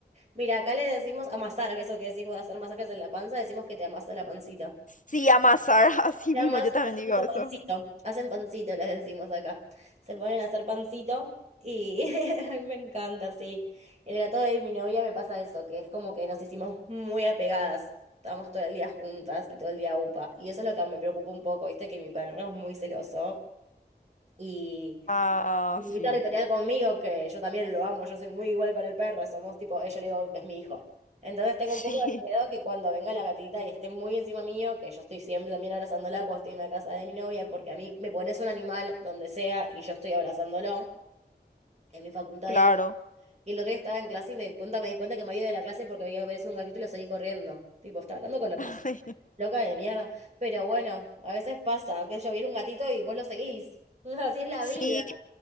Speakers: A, on the right; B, on the left.
A: Mira, acá le decimos amasar, eso que decís vos de hacer masajes en la panza, decimos que te amasa la pancita.
B: Sí, amasar <laughs> así
A: Además,
B: mismo, yo también
A: haciendo
B: digo eso.
A: pancito, hacen pancito, les decimos acá. Se ponen a hacer pancito y <laughs> a mí me encanta, sí. El gato de mi novia me pasa eso, que es como que nos hicimos muy apegadas. Estábamos todo el día juntas y todo el día upa. Y eso es lo que me preocupa un poco, viste, que mi perro es muy celoso y
B: Ah,
A: y
B: sí.
A: muy territorial conmigo, que yo también lo amo, yo soy muy igual con el perro, somos tipo, eh, yo le digo que es mi hijo. Entonces tengo
B: Sí,
A: un poco de miedo que cuando venga la gatita y esté muy encima mío, que yo estoy siempre también abrazándola cuando estoy en la casa de mi novia, porque a mí me pones un animal donde sea y yo estoy abrazándolo en mi facultad
B: <laughs> claro.
A: de gato. Y el otro día estaba en clase y me di cuenta, me di cuenta que me había ido de la clase porque había aparecido un gatito y lo salí corriendo. Tipo, estaba hablando con la profesora.
B: <laughs>
A: Loca de mierda. Pero bueno, a veces pasa, que yo viene un gatito y vos lo seguís. <laughs> Así es la
B: Sí,
A: vida.